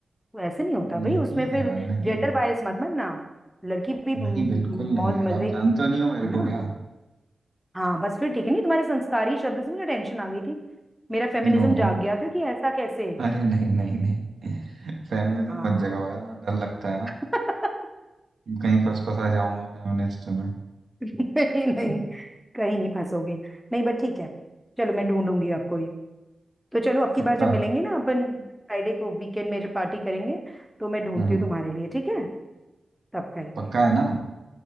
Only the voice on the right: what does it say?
नहीं
यार नहीं
नहीं बिल्कुल नहीं
यार
आप जानते हो नहीं हो मेरे
को क्या
नो नो
अरे नहीं नहीं नहीं <laughs> फेमिनिज्म
मत जगाओ यार मेरा डर लगता है ना
कहीं फंस फंसा जाऊं मैं फेमिनिस्ट में
<laughs>
पक्का
हम्म
पक्का है ना